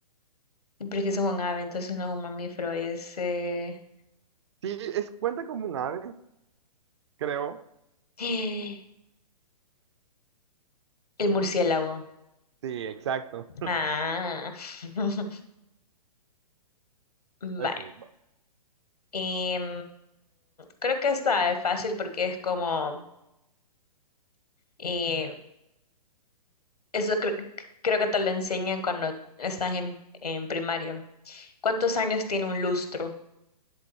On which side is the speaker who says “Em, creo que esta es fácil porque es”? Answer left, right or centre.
Left